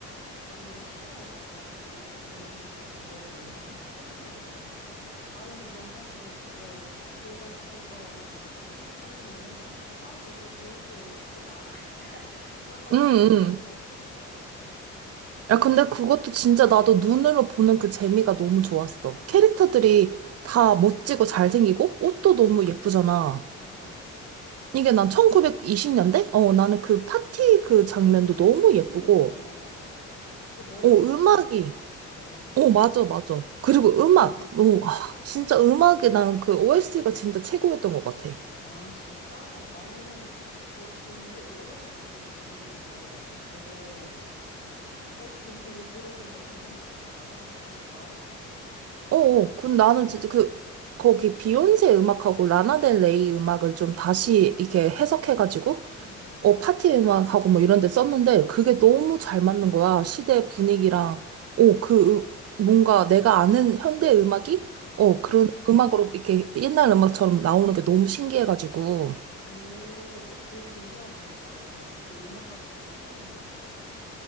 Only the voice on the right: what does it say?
음,
음.
야, 근데 그것도 진짜 나도 눈으로 보는 그 재미가 너무 좋았어. 캐릭터들이 다 멋지고 잘생기고 옷도 너무 예쁘잖아.
이게 난 1920년대? 어, 나는 그 파티 그 장면도 너무 예쁘고,
어, 음악이,
어, 맞아, 맞아. 그리고 음악, 어, 아, 진짜 음악이 나는 그 OST가 진짜 최고였던 것 같아.
어, 어, 그 나는 진짜 그, 거기 비욘세 음악하고 라나델레이 음악을 좀 다시 이렇게
해석해가지고
어, 파티 음악하고 뭐 이런 데 썼는데 그게 너무 잘 맞는 거야. 시대 분위기랑, 오, 그, 음- 뭔가 내가 아는 현대 음악이,
어, 그런 음악으로 이렇게 옛날 음악처럼 나오는 게 너무 신기해가지고.